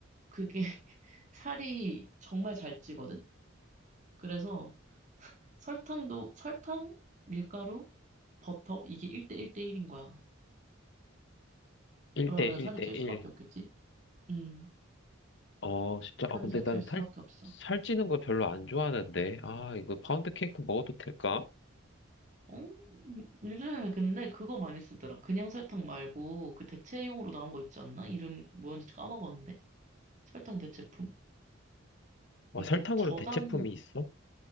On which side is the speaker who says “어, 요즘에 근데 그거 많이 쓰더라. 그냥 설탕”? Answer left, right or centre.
Right